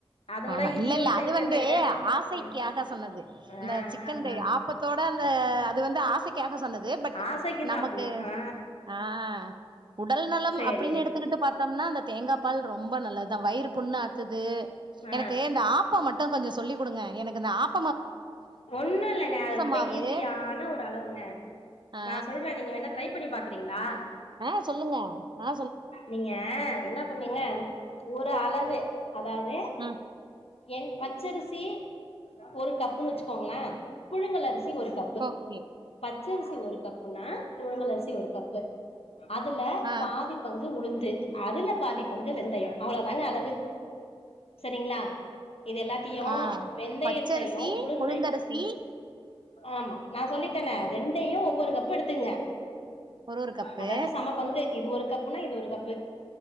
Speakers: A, on the left; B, on the right.
A: அதோட
B: ஆமா
A: இதையு
B: இல்லல்ல
A: சேக்கறத
B: அது வந்து
A: விட
B: ஆசைக்காக
A: ம்
B: சொன்னது
A: ஆ
B: அந்த சிக்கன்
A: ஆ
B: கை
A: ஆ
B: ஆப் ப்பத்தோட அந்த அது வந்து ஆசைக்காக சொன்னது பட்
A: ஆசைக்கு
B: நமக்கு
A: சாப்புட்லா ஆ
B: அ உடல் நலம்
A: சேரி
B: அப்டின்னு எடுத்துக்கிட்டு பாத் த்தம்னா அந்த தேங்கா பால் ரொம்ப நல்லதா வயிறு புண்ணு ஆத்துது
A: ஆ
B: எனக்கு இந்த ஆப் ப்பம் மட்டு கொஞ்சோ சொல்லி குடுங்க எனக்கு இந்த ஆப்
A: ஒண்ணு இல்லங்க அது ரொம்ப
B: மாவு
A: ஈஸியான ஒரு அளவுங்க
B: ஆ
A: நா சொல்ற நீங்க வேனா ட்ரை பண்ணி பாக்குறீங்ளா
B: அ சொல்லுங்க அ
A: நீங்க என்ன பண்ணீங்க ஒரு அளவு அதாவது
B: ம்
A: என் பச்சரிசி ஒரு கப்புன்னு வச்சுக்கோங்கள புழுங்கல் அரிசி சி ஒரு கப்பு
B: ஓகே
A: பச்சரிசி ஒரு கப்புன்னா புழுங்கல் அரிசி ஒரு கப்பு அதுல
B: ஆ
A: பாதி பங்கு உளுந்து அதுல பாதி பங்கு வெந்தயோ அவ்வளோதாங்க அளவு சரிங்ளா இது எல்லாத்தயு
B: ஆ
A: வெந்தயத்தையு
B: பச்சரிசி
A: உளுந்தை
B: புழுங்கரிசி
A: ம் ஆமா நா சொல்லித்தன ரெண்டையு ஒவ்வொரு கப்பு எடுத்துங்க
B: ஒரு ஒரு கப்பு
A: அதாது சம பங்கு இது ஒரு கப்புன்னா இது ஒரு கப்பு